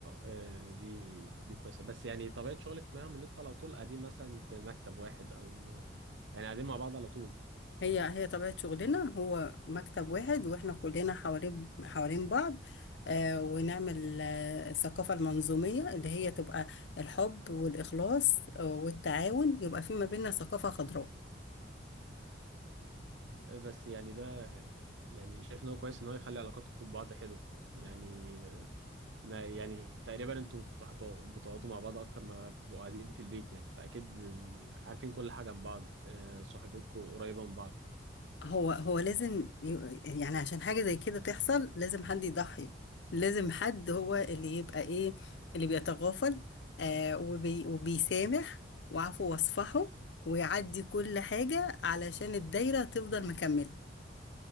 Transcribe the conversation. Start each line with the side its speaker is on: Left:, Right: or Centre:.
Right: آه، دي دي كويسه بس يعني طبيعه شغلك معاهم ان انتوا على طول قاعدين مثلا في مكتب واحد او يعني قاعدين مع بعض على طول
Left: هي هي طبيعة شغلنا هو مكتب واحد واحنا كلنا حوالين حوالين بعض آه ونعمل آه الثقافة المنظومية اللي هي تبقى الحب والإخلاص آه والتعاون يبقى في ما بيننا ثقافة خضراء
Right: بس يعني ده يعني شايف ان هو كويس ان هو يخلي علاقاتكم ببعض حلوه يعني ما يعني تقريبا انتوا بتحطوا- بتقعدوا مع بعض اكتر ما بتبقوا قاعدين في البيت يعني فاكيد ال- عارفين كل حاجه عن بعض آه، صحبتكم قريبه من بعض
Left: هو هو لازم ي- يعني عشان حاجة زي كده تحصل لازم حد يضحي لازم حد هو اللي يبقى ايه اللي بيتغافل آه وبي وبيسامح وعفو واصفحه ويعدي كل حاجة علشان الدايرة تفضل مكملة